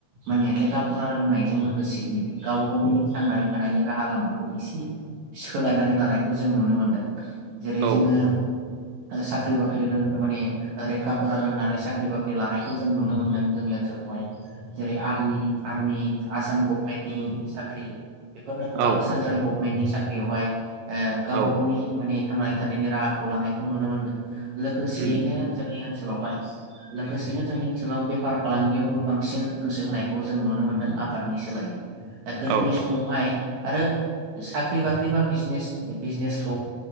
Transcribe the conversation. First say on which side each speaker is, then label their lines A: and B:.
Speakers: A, on the right; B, on the right.
A: माने लेखा फरा रोंनायजों लोगोसेयैनो गाव गावनि थांनाय थानायनि राहा लामाखौ एसे सोलायनानै लानायखौ जों नुनो मोनदों जेरै
B: औ
A: जोङो साख्रि बाख्रि रों माने रेखा फरा रोंनानै साख्रि बाख्रि लानायखौ जों नुनो मोनदों जोंनि ओनसोलावहाय जेरै आरमि आर्मि आसाम गभमेन्टनि साख्रि बेफोरनो गोबां
B: औ
A: सेन्ट्रेल गभ मेननि साख्रि आवहाय ओ गावबा
B: औ
A: गावनि माने थांनानै थानायनि राहाखौ लानायखौ नुनो मोन्दों लोगोसेयैनो
B: उम
A: जोंनि ओन सोलावहाय लोगोसेनो जोंनि ओनसोलाव बेफार फालांगियावबो बांसिन गोसो होनायखौ जों नुनो मोनदों आबादनि सोलायै दा गोदोनि
B: औ
A: समाव आरो साख्रि बाख्रि बा बिजनेस बिजनेसखौ ओ